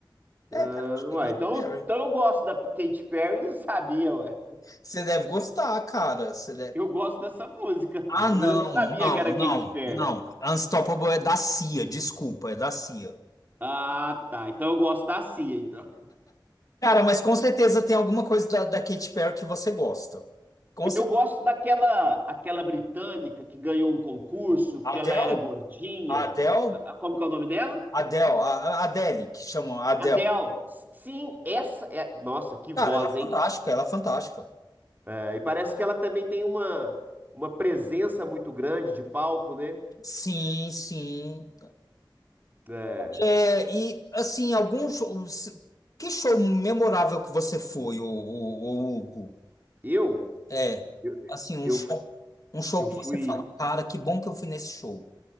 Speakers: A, on the right; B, on the left.
A: Ah,
B: É, cara, acho que
A: uai,
B: é Katy
A: então,
B: Perry.
A: então eu gosto da Katy Perry, e não sabia, ué.
B: Você deve gostar, cara. Você deve...
A: Eu gosto dessa música, <laughs>
B: Ah,
A: eu-
B: não,
A: mas eu não sabia
B: não,
A: que era
B: não,
A: Katy Perry.
B: não. Unstoppable é da Cia, desculpa, é da Cia.
A: Ah, tá. Então eu gosto da Cia, então.
B: Cara, mas com certeza tem alguma coisa da, da Katy Perry que você gosta. Com certeza.
A: Eu gosto daquela aquela britânica que ganhou um concurso,
B: Adele?
A: que ela era gordinha.
B: Adele?
A: A ah, Como que é o nome dela?
B: Adele, a a Adele, que chamam a Adele.
A: Adele, sim, essa é. Nossa, que voz,
B: Cara, ela é
A: hein?
B: fantástica, ela é fantástica.
A: É, e parece que ela também tem uma, uma presença muito grande de palco, né?
B: Sim, sim.
A: É,
B: É, e assim, algum show, que show memorável que você foi, o, Hugo?
A: Eu,
B: É,
A: eu,
B: assim, um
A: eu,
B: show, um show
A: eu
B: que
A: fui,
B: você fala, cara, que bom que eu fui nesse show.